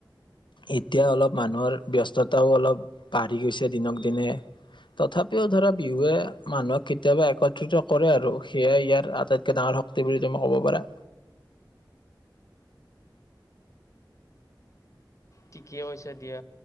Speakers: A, on the left (about 80°); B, on the left (about 40°).
A: এতিয়া অলপ মানুহৰ ব্যস্ততাও অলপ বাঢ়ি গৈছে দিনক দিনে। তথাপিও ধৰা বিহুৱে মানুহক কেতিয়াবা একত্ৰিত কৰে আৰু সেয়াই ইয়াৰ আটাইতকে ডাঙৰ শক্তি বুলি তুমি ক'ব পাৰা।
B: ঠিকে কৈছা দিয়া।